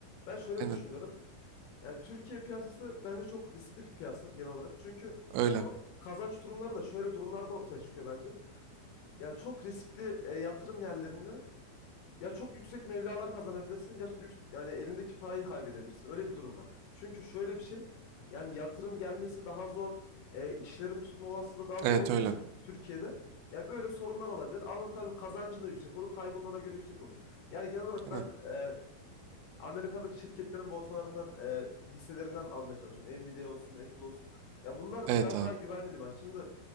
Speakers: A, on the left (about 70°); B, on the right (about 80°).
A: Ben şöyle
B: Aynen
A: düşünüyorum. Yani Türkiye piyasası bence çok riskli bir piyasa genel olarak. Çünkü
B: öyle.
A: ama kazanç durumları da şöyle durumlarda ortaya çıkıyor bence. Ya çok riskli e, yatırım yerlerinde ya çok yüksek mevlalar kazanabilirsin ya yük- yani elindeki parayı kaybedebilirsin. Öyle bir durum var. Çünkü şöyle bir şey yani yatırım gelmesi daha zor, e, işlerin tutma olasılığı daha zor
B: Evet
A: olduğu
B: öyle.
A: için Türkiye'de ya böyle sorunlar olabilir. Ama tabii kazancın da yüksek olur, kaybın da ona göre yüksek olur. Yani genel olarak
B: Aynen.
A: ben e, Amerika'daki şirketlerin borsalarından e, hisselerinden almaya çalışıyorum. Nvidia olsun, Apple olsun. Ya bunlar
B: Evet
A: biraz
B: abi.
A: daha güvenli liman. Şimdi